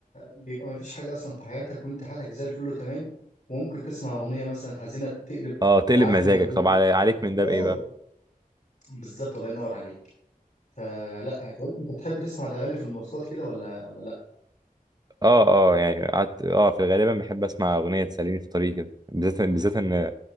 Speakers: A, on the left (about 50°); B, on the right (about 25°).
A: بيبقى ما فيش حاجة أصلا في حياتك وأنت حياتك زي الفل وتمام وممكن تسمع أغنية مثلا حزينة تقلب
B: اه تقلب
A: تعكنن
B: مزاجك
A: عليك
B: طب على- عليك من ده
A: آه
B: بإيه بقى؟
A: بالظبط الله ينور عليك فلا يعني طب أنت بتحب تسمع الأغاني في المواصلات كده ولا ولا لا؟
B: اه اه يعني قعدت اه في غالبا بحب اسمع اغنيه تسليني في طريقي كده بالذات بالذات ان